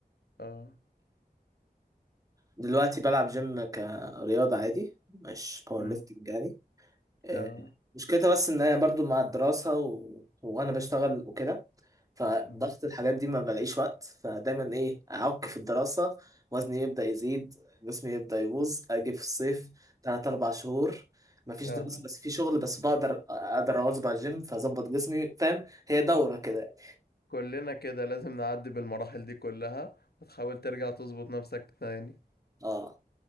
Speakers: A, on the left (about 80°); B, on the right (about 20°).
A: اه
B: دلوقتي بلعب جيم كرياضة عادي مش باور
A: امم
B: ليفتنج يعني آه،
A: اه
B: مشكلتها بس ان انا برضو مع الدراسة و... وانا بشتغل وكده فضغط
A: امم
B: الحاجات دي ما بلاقيش وقت فدايما ايه اعك في الدراسة وزني يبدأ يزيد جسمي يبدأ يبوظ اجي في الصيف تلات اربع شهور مفيش
A: اه
B: دراسة بس في شغل بس بقدر اقدر اواظب على الجيم فاظبط جسمي فاهم هي دورة كده
A: كلنا كده لازم نعدي بالمراحل دي كلها وتحاول ترجع تظبط نفسك تاني
B: اه